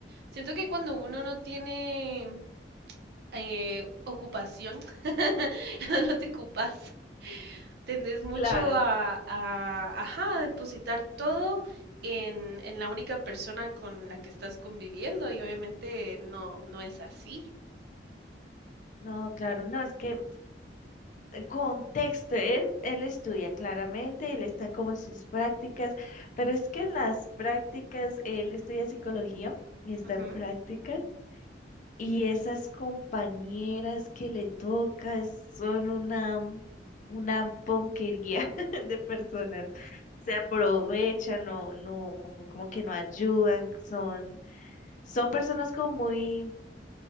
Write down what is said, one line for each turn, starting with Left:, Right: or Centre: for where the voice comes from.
Right: siento que cuando uno no tiene eh, ocupación, <laughs> cuando no te ocupas, tendés mucho
Left: Claro.
Right: a, a, ajá, a depositar todo en, en la única persona con la que estás conviviendo y obviamente no, no es así.
Left: No, claro, no, es que el contexto, él, él estudia claramente, él está como en sus prácticas, pero es que en las prácticas, él estudia psicología y está
Right: Ujú,
Left: en prácticas. Y esas compañeras que le toca son una, una ponquería <laughs> de personas. Se aprovechan, no, no, como que no ayudan, son, son personas como muy